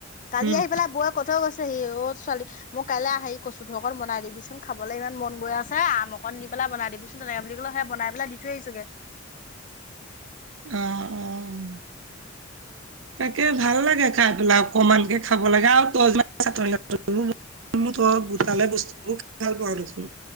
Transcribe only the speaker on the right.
উম,
অ' অ' তাকে ভাল লাগে খাই পেলাই অকমানকে খাব লাগে আৰু মই তো গোটালে বস্তুবোৰ ভাল পাওঁ দেখোন।